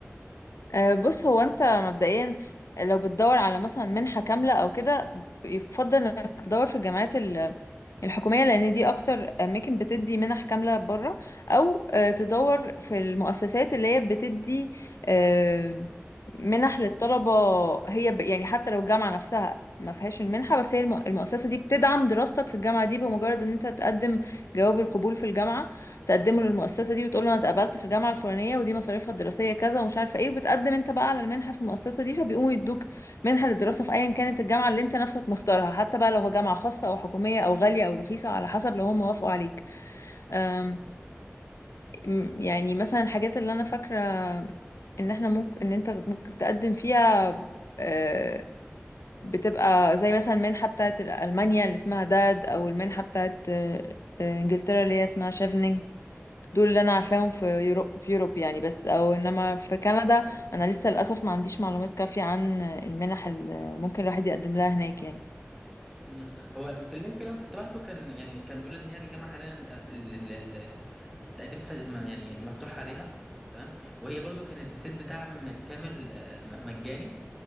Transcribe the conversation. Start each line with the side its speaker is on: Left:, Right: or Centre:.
Left: آه، بص هو انت مبدئيا لو بتدور على مثلا منحة كاملة او كده يفضل انك تدور في الجامعات ال- الحكومية لان دي اكتر اماكن بتدي منح كاملة بره او آه، تدور في المؤسسات اللي هي بتدي آه، منح للطلبة هي ب- يعني حتى لو الجامعة نفسها ما فيهاش المنحة بس هي الم- المؤسسة دي بتدعم دراستك في الجامعة دي بمجرد ان انت تقدم جواب القبول في الجامعة تقدمه للمؤسسة دي وتقول له أنا اتقبلت في الجامعة الفلانية ودي مصاريفها الدراسية كذا ومش عارفة إيه وبتقدم أنت بقى على المنحة في المؤسسة دي فبيقوموا يدوك منحة للدراسة في أيا كانت الجامعة اللي أنت نفسك مختارها حتى بقى لو هو جامعة خاصة أو حكومية أو غالية أو رخيصة على حسب لو هم وافقوا عليك أم، م- يعني مثلا الحاجات اللي أنا فاكرة إن إحنا ممكن إن أنت ممكن تقدم فيها أه، بتبقى زي مثلا المنحة بتاعت ألمانيا اللي اسمها داد أو المنحة بتاعت أه، أه، إنجلترا اللي هي اسمها شيفنينج دول اللي انا عارفاهم في يورو في يوروب يعني بس او انما في كندا انا لسه للاسف ما عنديش معلومات كافية عن المنح اللي ممكن الواحد يقدم لها هناك يعني
Centre: مم. هو في اللينك اللي انا كنت بعته كان يعني كان بيقول ان هي الجامعه حاليا ال- ال- ال- التقديم ف- ما- يعني مفتوح عليها تمام وهي برضو كانت بتدي دعم كامل آه، م- مجاني